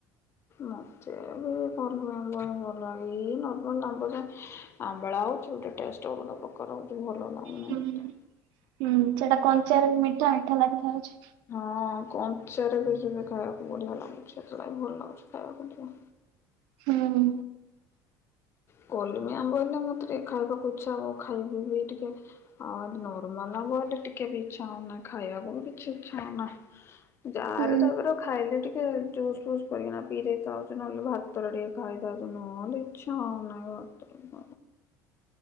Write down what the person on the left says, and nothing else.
ମୋତେ ବି କଲିମି ଆମ୍ବ <unintelligible> ଏଇ ନର୍ମାଲ ଆମ୍ୱ ଯାହା। ଆମ୍ବଳା ହଉଚି ଗୋଟେ ଟେଷ୍ଟ ଅଲଗା ପ୍ରକାର ହଉଚି ଭଲ ଲାଗୁନି
ମୋତେ।
ହଁ କଞ୍ଚାରେ ବି ସିଏ ବି ଖାଇବାକୁ ବଢିଆ ଲାଗୁଚି। ସେଥିଲାଗି ଭଲ ଲାଗୁଚି ଖାଇବାକୁ ଟିକେ।
କଲମି ଆମ୍ବ ହେଲେ ମତେ ଟିକେ ଖାଇବାକୁ ଇଚ୍ଛା ହବ। ଖାଇବି ବି ଟିକେ। ଆଉ ନର୍ମାଲ ଆମ୍ୱ ହେଲେ ଟିକେ ବି ଇଚ୍ଛା ହଉନାଇ ଖାଇବାକୁ ବି <unintelligible>
ଖାଇଲେ ଟିକେ ଜୁସ୍ ଫୁସ୍ କରିକିନା ପିଇଦେଇଥାଉଚି। ନହେଲେ ଭାତରେ ଟିକେ ଖାଇଦଉଚି। ନହେଲେ ଇଚ୍ଛା ହଉନି। <unintelligible>